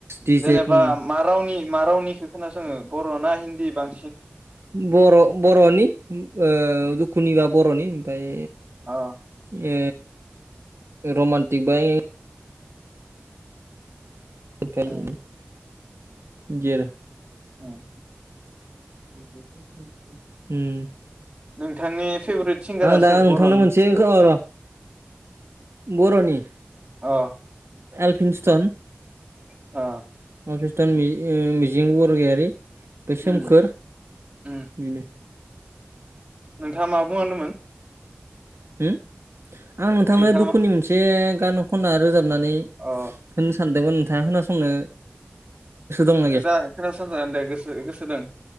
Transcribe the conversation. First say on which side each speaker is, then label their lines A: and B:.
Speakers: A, on the right; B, on the right.
A: दिजे
B: जेनेबा
A: उम
B: मा रावनि? मा रावनिखौ खोनासंङो बर' ना हिन्दी बां
A: बर' बर'नि ओ दुखुनि बा बर'नि ओमफ्राय
B: अ ।
A: ओ ओ रमान्टिक बाय <unintelligible>
B: उम
A: <unintelligible>
B: उम ।
A: उम ।
B: नोंथांनि फेभरेट सिंगारा
A: दा
B: सोर
A: नोंथांनो
B: बर'नि?
A: मोनसे अ र' बर'नि
B: अ
A: एलफिनस्टन
B: <inaudible> ओ।
A: एलफिनस्टन मि ओ मिजिं बरगयारि । बे
B: उम
A: सोमखोर
B: उम
A: बिनो ।
B: नोंथाङा मा बुंहांदोंमोन?
A: <inaudible> आं नोंथांनो
B: नोंथाङा
A: दुखुनि
B: मा
A: मोनसे गान खनना रोजाब नानै होननो
B: अ
A: सानदोंमोन <unintelligible> दंना गैया
B: जा खोनासंजागोन दे गोसो गोसो दं